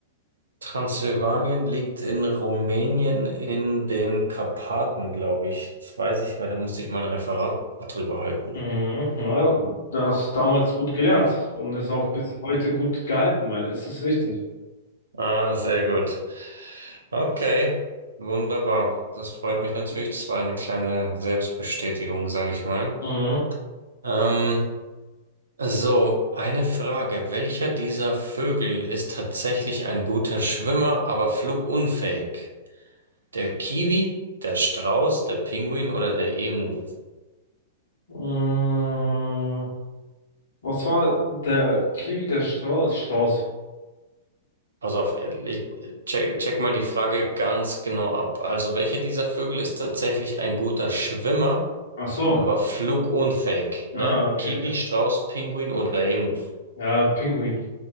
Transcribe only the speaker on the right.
Transsilvanien liegt in Rumänien in den Karpaten, glaube ich. Das weiß ich, weil da musste ich mal ein Referat drüber halten.
Ah, sehr gut. Okay, wunderbar. Das freut mich natürlich. Das war eine kleine Selbstbestätigung, sage ich mal.
Ähm, So, eine Frage. Welcher dieser Vögel ist tatsächlich ein guter Schwimmer, aber flugunfähig? Der Kiwi, der Strauß, der Pinguin oder der Emu?
Pass auf, äh, ich- äh, check, check mal die Frage ganz genau ab. Also, welcher dieser Vögel ist tatsächlich ein guter Schwimmer,
aber flugunfähig? Ne?
Kiwi,
Strauß, Pinguin oder Emu?